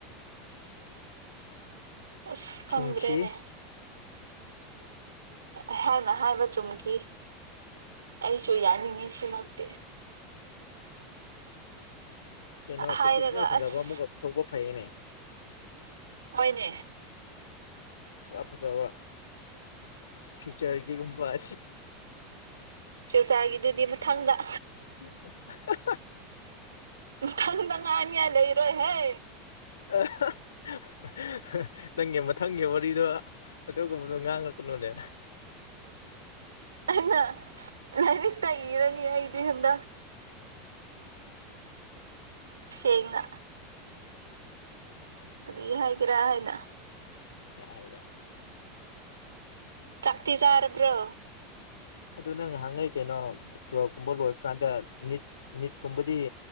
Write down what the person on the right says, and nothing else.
ꯑꯁ ꯈꯪꯗ꯭ꯔꯦꯅꯦ
ꯑꯩꯍꯥꯛꯅ ꯍꯥꯏꯕ ꯆꯨꯝꯈꯤ ꯑꯩꯁꯨ ꯌꯥꯅꯤꯡꯉꯤ ꯁꯤꯃꯛꯇꯤ
ꯍꯥꯏꯔꯒ
ꯑꯁ
ꯍꫭꯏꯅꯦ
ꯐ꯭ꯌꯨꯆꯥꯥꯔꯒꯤꯗꯨꯗꯤ ꯃꯊꯪꯗ
ꯃꯊꯪꯗ ꯉꯅꯤꯡꯉꯥꯏ ꯂꯩꯔꯣꯏ ꯍꯦ
ꯑꯩꯅ ꯂꯥꯏꯔꯤꯛꯇ ꯏꯔꯅꯤ ꯑꯩꯗꯤ ꯍꯟꯗꯛ ꯁꯦꯡꯅ ꯑꯩ ꯀꯔꯤ ꯍꯥꯏꯒꯦꯔꯥ ꯍꯥꯏꯅ
ꯆꯥꯛꯇꯤ ꯆꯥꯔꯕ꯭ꯔꯣ